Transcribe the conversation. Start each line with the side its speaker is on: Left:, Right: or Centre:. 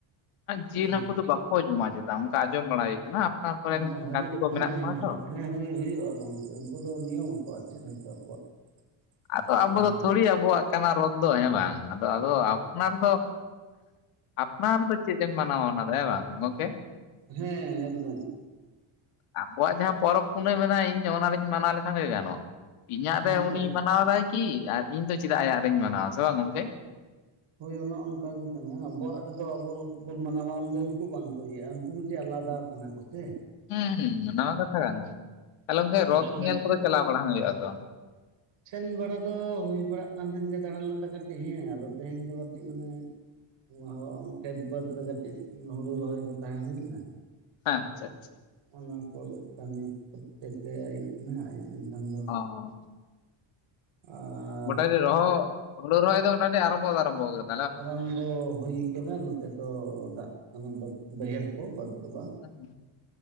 Right: ᱦᱩᱸ
Left: ᱡᱤᱞ ᱦᱟᱹᱠᱩ ᱫᱚ ᱵᱟᱠᱚ ᱡᱚᱢᱟ ᱪᱮᱛᱟ ᱚᱝᱠᱟ ᱟᱸᱡᱚᱢ ᱵᱟᱲᱟ ᱦᱩᱭ ᱠᱟᱱᱟ᱾ ᱚᱱᱟ ᱠᱚᱨᱮᱱ
Right: ᱵᱟᱝ ᱦᱩᱭᱩᱜ
Left: ᱜᱟᱛᱮ ᱠᱚ ᱢᱮᱱᱟᱜ
Right: ᱦᱮᱸ
Left: ᱠᱚᱣᱟ
Right: ᱦᱮᱸ
Left: ᱛᱚ᱾
Right: ᱦᱮᱸ ᱦᱳᱭ ᱦᱩᱭᱩᱜᱼᱟ ᱜᱚᱝᱠᱮ ᱩᱝᱠᱩ ᱫᱚ ᱱᱤᱭᱚᱢᱟ ᱠᱚ ᱟᱨ ᱪᱮᱫ ᱦᱳᱭᱛᱳ ᱟᱠᱚᱣᱟᱜ ᱢᱤᱫᱴᱤᱡ
Left: ᱟᱫᱚ ᱟᱵᱚ
Right: ᱡᱟᱦᱟᱸ
Left: ᱫᱚ ᱛᱷᱚᱲᱤ ᱟᱵᱚᱣᱟᱜ ᱠᱟᱱᱟ ᱨᱚᱛ ᱫᱚ ᱦᱮᱸ ᱵᱟᱝ ᱟᱫᱚ ᱟᱫᱚ ᱟᱯᱱᱟᱨ ᱫᱚ ᱟᱯᱱᱟᱨ ᱫᱚ ᱪᱮᱫ ᱮᱢ ᱢᱟᱱᱟᱣᱟ ᱚᱱᱟ ᱫᱚ ᱦᱮᱸ ᱵᱟᱝ ᱜᱚᱢᱠᱮ?
Right: ᱦᱮᱸ ᱮᱠᱫᱚᱢ
Left: ᱟᱵᱚᱣᱟᱜ ᱡᱟᱦᱟᱸ ᱯᱚᱨᱚᱵᱽ ᱯᱩᱱᱟᱹᱭ ᱢᱮᱱᱟᱜᱼᱟ ᱤᱧ ᱚᱱᱟᱨᱤᱧ ᱢᱟᱱᱟᱣ ᱞᱮᱠᱷᱟᱱ ᱜᱮ ᱜᱟᱱᱚᱜᱼᱟ᱾ ᱤᱧᱟᱹᱜ ᱨᱮ
Right: ᱦᱮᱸᱛᱚ
Left: ᱩᱱᱤ ᱢᱟᱱᱟᱣ ᱮᱫᱟᱭ ᱠᱤ ᱟᱨ ᱤᱧ ᱫᱚ ᱪᱮᱫᱟᱜ ᱟᱭᱟᱜ ᱨᱤᱧ ᱢᱟᱱᱟᱣᱟ ᱟ ᱥᱮ ᱵᱟᱝ ᱜᱚᱝᱠᱮ?
Right: ᱦᱳᱭ ᱚᱱᱮ ᱚᱱᱠᱟ ᱜᱮ ᱠᱟᱱᱟ ᱟᱵᱚᱣᱟᱜ ᱨᱮᱫᱚ ᱟᱵᱚ ᱵᱚᱱ ᱢᱟᱱᱟᱣ ᱫᱚ ᱩᱱᱠᱩ ᱵᱟᱝᱠᱚ ᱤᱭᱟᱹᱜᱼᱟ᱾ ᱠᱩᱢᱤᱴᱤ ᱟᱞᱟᱫᱟ ᱠᱟᱱᱟ ᱠᱚ ᱥᱮ᱾
Left: ᱦᱩᱸ ᱱᱟᱣᱟ ᱠᱟᱛᱷᱟ ᱠᱟᱱ ᱜᱮ ᱛᱟᱞᱮ ᱚᱝᱠᱮ
Right: ᱩᱱᱠᱩ
Left: ᱨᱚᱛ
Right: ᱢᱤᱫᱴᱮᱡ
Left: ᱧᱮᱞ ᱠᱚᱫᱚ ᱪᱟᱞᱟᱣ ᱵᱟᱲᱟ ᱦᱩᱭᱩᱜᱼᱟ ᱥᱮ ᱵᱟᱝ?
Right: ᱥᱮᱱ ᱵᱟᱲᱟ ᱫᱚ ᱦᱩᱭ ᱵᱟᱲᱟᱜ ᱠᱟᱱ ᱛᱟᱦᱮᱸᱱ ᱜᱮ ᱫᱟᱬᱟᱱ ᱞᱮᱠᱟ ᱠᱟᱹᱴᱤᱡ ᱦᱮᱸ ᱟᱫᱚ ᱛᱮᱦᱮᱧ ᱫᱚ ᱠᱟᱹᱴᱤᱡ ᱚᱱᱮ ᱱᱚᱣᱟ ᱦᱚᱸ ᱠᱷᱮᱛ ᱵᱟᱫᱽ ᱨᱮ ᱠᱟᱹᱴᱤᱡ ᱦᱩᱲᱩ ᱨᱚᱦᱚᱭ ᱨᱮ ᱛᱟᱦᱮᱸ ᱦᱩᱭᱞᱮᱱᱟ᱾
Left: ᱦᱟᱸᱪᱷᱟ ᱟᱪᱷᱟ
Right: ᱚᱱᱟ ᱠᱚᱨᱮ ᱠᱟᱹᱢᱤ ᱠᱚᱛᱮᱛᱮ ᱟᱹᱭᱩᱵ ᱮᱱᱟ ᱟᱹᱭᱩᱵ ᱮᱱᱠᱷᱟᱱ ᱫᱚ
Left: ᱚ
Right: ᱟᱨ
Left: ᱢᱚᱴᱟᱭᱱᱤ ᱨᱚᱦ ᱦᱩᱰᱩ ᱨᱚᱦᱚᱭ ᱫᱚ ᱢᱟᱴᱟᱢᱩᱴᱤ ᱟᱨᱟᱢᱵᱷ ᱫᱚ ᱟᱨᱚᱢᱵᱷ ᱠᱟᱱᱟ
Right: ᱟᱨᱟᱵᱚ ᱦᱩᱭ ᱠᱟᱱᱟ ᱱᱚᱛᱮ ᱫᱚ ᱫᱟᱜ ᱠᱟᱱᱟ ᱵᱟᱹᱫᱽ ᱵᱟᱹᱭᱦᱟᱹᱲ ᱠᱚ ᱵᱟᱹᱫᱽ ᱫᱚ ᱵᱟᱝ ᱾
Left: <inaudible>